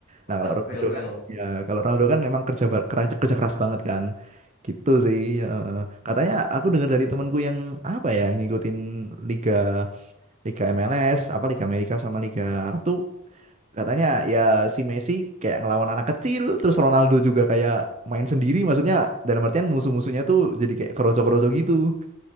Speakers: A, on the left (about 40°); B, on the right (about 30°).
A: Pekat
B: Nah kalau Ronaldo
A: real real.
B: kan ya kalau Ronaldo kan emang kerja bar- kerja, kerja keras banget kan. Gitu sih. eh. Katanya aku dengar dari temanku yang apa ya ngikutin liga Liga MLS, apa Liga Amerika sama Liga Arab tuh katanya ya si Messi kayak ngelawan anak kecil, terus Ronaldo juga kayak main sendiri, maksudnya dalam artian musuh-musuhnya tuh jadi kayak kroco-kroco gitu.